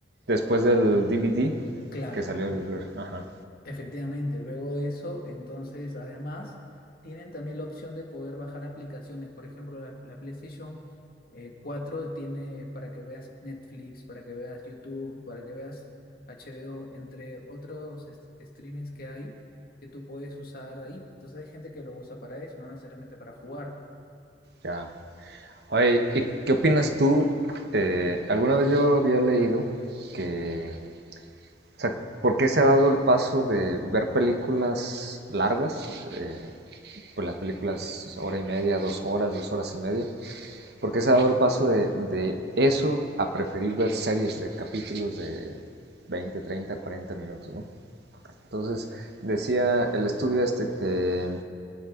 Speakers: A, on the right (about 65°); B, on the left (about 55°).
A: después del DVD
B: Claro.
A: que salió el Blur. Ajá,
B: Efectivamente, luego de eso, entonces además tienen también la opción de poder bajar aplicaciones. Por ejemplo, la, la PlayStation eh, 4 tiene para que veas Netflix, para que veas YouTube, para que veas HBO, entre otros es- streamings que hay que tú puedes usar ahí. Entonces hay gente que lo usa para eso, no necesariamente para jugar.
A: ya. Oye, ¿y qué opinas tú? Eh, alguna vez yo había leído que, o sea, ¿por qué se ha dado el paso de ver películas largas? Eh, pues las películas hora y media, dos horas, dos horas y media. ¿Por qué se ha dado el paso de, de eso a preferir ver series de capítulos de 20 30 40 minutos, ¿no? Entonces, decía el estudio este que